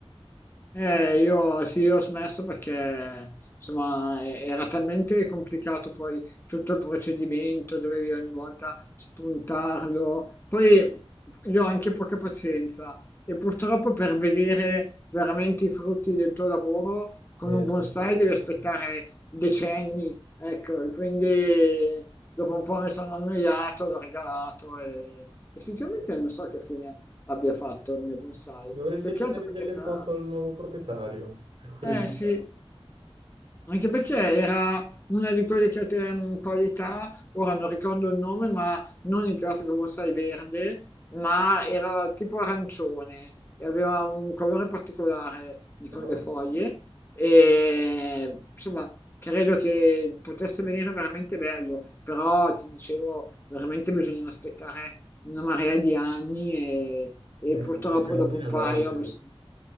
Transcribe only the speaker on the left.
Eh, io sì, io ho smesso perché insomma e- era talmente complicato poi tutto il procedimento, dovevi ogni volta spuntarlo. Poi io ho anche poca pazienza e purtroppo per vedere veramente i frutti del tuo lavoro con
un
bonsai devi
aspettare decenni, ecco, e quindi dopo un po' mi sono annoiato, l'ho regalato e, e sinceramente non so che fine abbia fatto il mio bonsai.
Peccato
perché
era
eh sì. Anche perché era una di quelle che te- mh, qualità, ora non ricordo il nome, ma non il classico bonsai verde, ma era tipo arancione e aveva un colore particolare di
con le foglie e insomma credo che potesse venire veramente bello, però ti dicevo veramente bisogna aspettare una marea di anni e, e
purtroppo
dopo
un
paio
mi sono